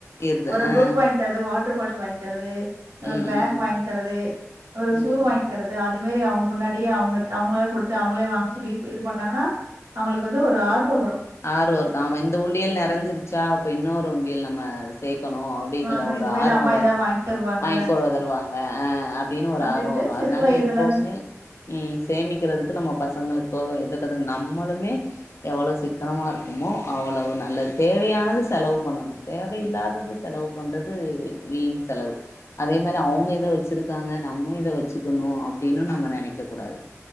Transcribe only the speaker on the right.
ஒரு
புக் வாங்கி தரது வா எத்தனபாட்ல வாங்கி தரது ஒரு
பேக்
வாங்கி தரது ஒரு ஷூ
வாங்கி தரது அது இது மாரி அவங்க முன்னாடியே அவங்க அவங்களே குடுத்து அவங்களே வாங்க சொல்லி இது பண்ணாங்கன்னா அவங்களுக்கு வந்து ஒரு ஆர்வம் வரும்
வாங்கணு
இது மாரி
அம்மா
எதாவது வாங்கி தருவாங்க
அப்டின்ட்டு
சிறு
வயதுல
இரு